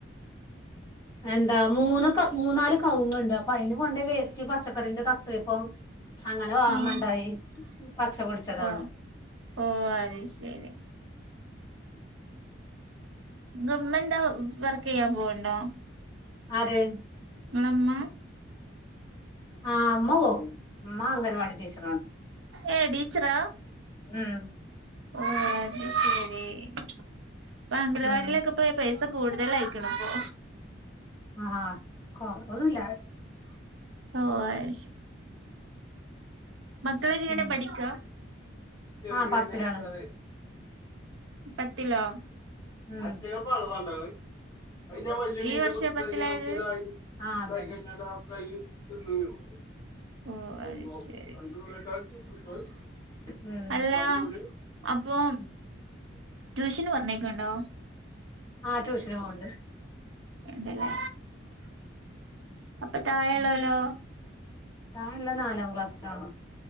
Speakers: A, on the left; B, on the right.
A: എന്താ മൂന്ന് മൂന്നാല് കവുങ്ങുണ്ട് അപ്പൊ അയിന് കൊണ്ട് വേസ്റ്റ് പച്ചക്കറിന്റെ തത്ത്വ ഇപ്പം അങ്ങനെ വളമണ്ടായി
B: ആഹ്
A: പച്ചപൊടിച്ചതാണ്
B: ഓ ഓ അതെ ശരി <unintelligible> വർക്കെയ്യാൻ പോവ്ണ്ടോ
A: ആര്
B: ങ്ങളമ്മ
A: ആഹ് അമ്മപോവും അമ്മ അംഗനവാടി ടീച്ചറാണ്
B: ഏ ടീച്ചറാ
A: ആഹ
B: ഓ അത് ശരി അപ്പൊ അംഗലവാടിയിലൊക്കെ
A: ഉം
B: പോ പൈസ കൂടുതലയിക്ണ്പ്പൊ
A: ആഹഹാ കൊറവ് ന്നുല്ല
B: ഓ അത് ശ മക്കളൊക്കെ
A: പിന്നെ
B: എങ്ങനെ പഠിക്കാ
A: ആ പത്തിലാണ്
B: പത്തിലോ
A: <unintelligible>
B: ഈ വർഷാ പത്തിലായത്
A: ആ <inaudible>
B: ഓ അത് ശരി
A: <inaudible>
B: അല്ല അപ്പൊ ട്യൂഷന് പറഞ്ഞേക്കണ്ടോ
A: ആഹ ട്യൂഷന് പോവ്ണ്ട്
B: ഇണ്ടല്ലേ അപ്പൊ താഴെള്ളോലോ
A: <unintelligible> താ ല്ല നാലാം ക്ലാസ്സിലാണ്